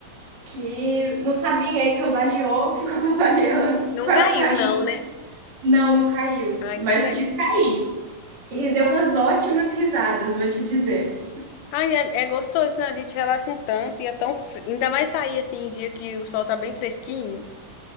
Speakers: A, on the right (about 30°); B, on the left (about 80°).
A: Que não sabia e cambaleou, ficou <laughs> cambaleando,
B: Não
A: quase
B: caiu,
A: caiu.
B: não, né?
A: Não, não caiu,
B: Ainda
A: mas
B: bem.
A: quis cair. E rendeu umas ótimas risadas, vou te dizer.
B: Ai, é, é gostoso, né? A gente relaxa um tanto e é tão. fre- Ainda mais sair assim, em dia que o sol tá bem fresquinho.